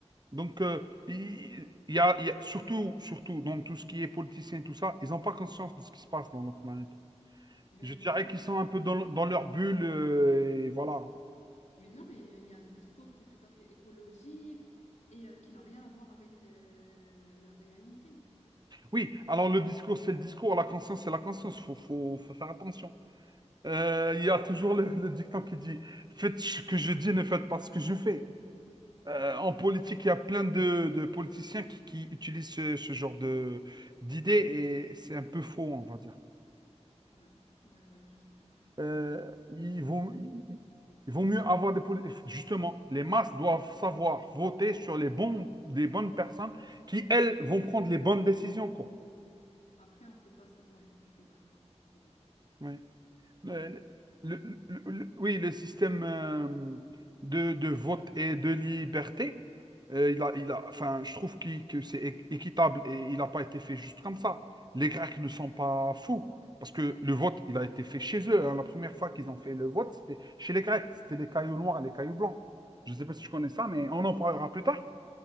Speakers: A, on the right; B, on the left.
A: Donc, euh, il il y, a, il y a- surtout, surtout dans tout ce qui est politicien et tout ça, ils n'ont pas conscience de ce qui se passe dans notre planète.
B: Eh ben,
A: Je dirais
B: du coup,
A: qu'ils sont
B: pourquoi
A: un peu dans, dans leur bulle euh, et voilà.
B: Mais non, mais euh, il y a un discours qui est tout à fait écologique et euh, qui n'a rien à voir avec euh, leur réalité.
A: Oui, alors le discours, c'est le discours, la conscience, c'est la conscience. Faut, faut, faut faire attention. Euh,
B: Ouais.
A: Il y a toujours le, le dicton qui dit, faites ce que je dis, ne faites pas ce que je fais. Euh, en politique, il y a plein de, de politiciens qui, qui utilisent ce, ce genre de d'idées et c'est un peu faux, on va dire.
B: Ouais, ouais, ouais, je suis tout à fait d'accord.
A: Euh, ils vont, ils, ils vont mieux avoir des politiques. Justement, les masses doivent savoir voter sur les bons, les bonnes personnes qui, elles, vont prendre les bonnes décisions, quoi.
B: Après, on peut pas... s- Ouais, je suis d'accord. Bon,
A: Oui. Le-
B: je suis tout à fait
A: le-
B: d'accord.
A: le- le- oui, le système euh, de, de vote et de liberté, euh, il a, il a, enfin, je trouve qu'il- que c'est é- équitable et il n'a pas été fait juste comme ça. Les Grecs ne sont pas fous parce que le vote, il a été fait chez eux. hein. La première fois qu'ils ont fait le vote, c'était chez les Grecs. C'était les cailloux noirs et les cailloux blancs. Je ne sais pas si
B: Ouais,
A: tu connais ça, mais on en parlera plus tard.